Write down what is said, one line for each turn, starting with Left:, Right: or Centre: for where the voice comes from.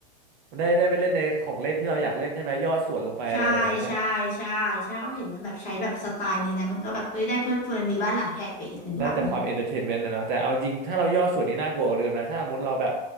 Right: ได้ได้ไปเล่นในของเล่นที่เราอยากเล่นใช่ไหมย่อส่วนลงไปอะไรแบบนั้นอะ
Left: ใช่ใช่ใช่ใช่เขาเห็นมันแบบใช้แบบสไตล์นี้นะมันก็แบบเอ้ยได้เพลิดเพลินมีบ้านหลังใหญ่ไปอีกหนึ่งหลัง
Right: <laughs> ได้แต่ความเอนเตอร์เทนเมนต์นะเนาะแต่เอาจริงถ้าเราย่อส่วนนี้น่ากลัวกว่าเดิมนะถ้าสมมติเราแบบ